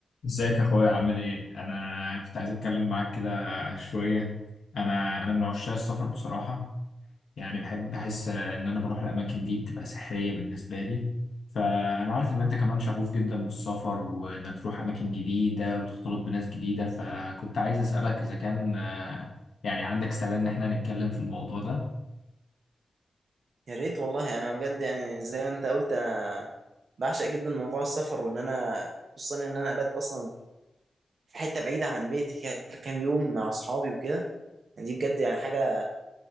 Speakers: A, on the left; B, on the right.
A: ازيك يا اخويا عامل ايه انا كنت عايز اتكلم معاك كده شويه انا انا من عشاق السفر بصراحه يعني بحب بحس ان انا بروح الاماكن دي بتبقى سحريه بالنسبه لي فانا عارف ان انت كمان شغوف جدا بالسفر وانك تروح اماكن جديده وتختلط بناس جديده فكنت عايز اسالك اذا كان آه، يعني عندك استعداد ان احنا نتكلم في الموضوع ده
B: يا ريت والله انا بجد يعني زي ما انت قلت انا بعشق جدا موضوع السفر وان انا خصوصا ان انا ابات اصلا في حته بعيده عن بيتي كده كام يوم مع اصحابي وكده يعني دي بجد يعني حاجه